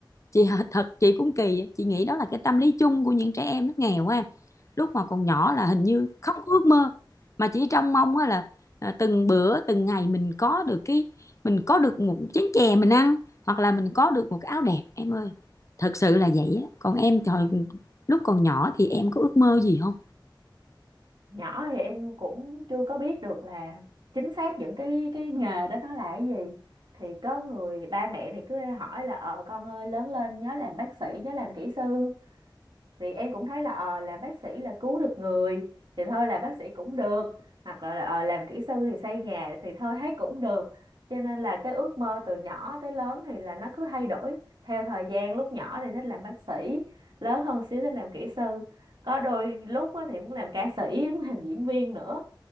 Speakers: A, on the left; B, on the right.
A: chị thật chị cũng kỳ chị nghĩ đó là cái tâm lý chung của những trẻ em nó nghèo á em lúc mà còn nhỏ là hình như không có ước mơ mà chỉ trông mong á là à, từng bữa từng ngày mình có được cái mình có được một chén chè mình ăn hoặc là mình có được một cái áo đẹp em ơi thật sự là vậy á còn em thời lúc còn nhỏ thì em có ước mơ gì không
B: nhỏ thì em cũng chưa có biết được là chính xác những cái cái nghề đó nó là cái gì thì có người ba mẹ thì cứ hỏi là ờ con ơi lớn lên nhớ làm bác sĩ nhớ làm kỹ sư thì em cũng thấy là ờ làm bác sĩ là cứu được người thì thôi làm bác sĩ cũng được hoặc là ờ làm kỹ sư thì xây nhà thì thôi thấy cũng được cho nên là cái ước mơ từ nhỏ tới lớn thì là nó cứ thay đổi theo thời gian lúc nhỏ thì thích làm bác sĩ lớn hơn xíu thích làm kỹ sư có đôi lúc á thì muốn làm ca sĩ <laughs> muốn làm diễn viên nữa